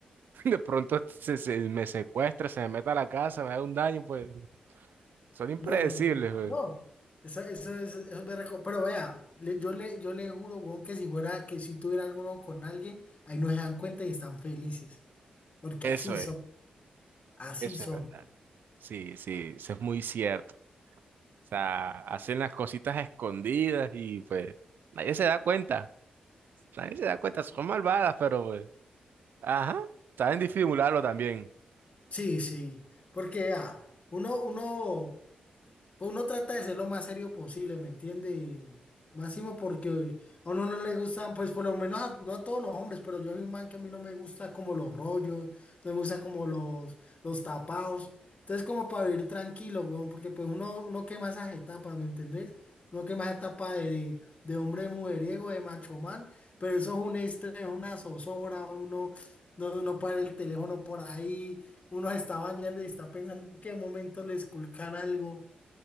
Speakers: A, on the right; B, on the left.
A: <laughs> de pronto se, se me secuestra, se me mete a la casa, me haga un daño, pues son impredecibles,
B: No, no, no.
A: pues.
B: No. Eso, eso, es- eso es berraco. Pero vea, le- yo le, yo le juro, weón, que si fuera, que si tuviera alguno con alguien, ahí no se dan cuenta y están felices. Porque
A: Eso
B: así son,
A: es,
B: así
A: eso
B: son.
A: es verdad. Sí, sí, eso es muy cierto. O sea, hacen las cositas escondidas y pues nadie se da cuenta, nadie se da cuenta, son malvadas, pero pues, ajá, saben disimularlo también.
B: Sí, sí. Porque vea, uno, uno. pues uno trata de ser lo más serio posible, ¿me entiende? Y máximo porque a uno no le gustan, pues por lo menos a- no a todos los hombres, pero yo soy un man que a mí no me gusta como los rollos, no me gusta como los, los tapados. Entonces como para vivir tranquilo, weón, porque pues uno, uno quema esas etapas, ¿me entendés? Uno quema esa etapa de, de, de hombre mujeriego, de macho man, pero eso es un estrés, una zozobra, uno no, no para el teléfono por ahí, uno se está bañando y está pensando en qué momento le esculcan algo.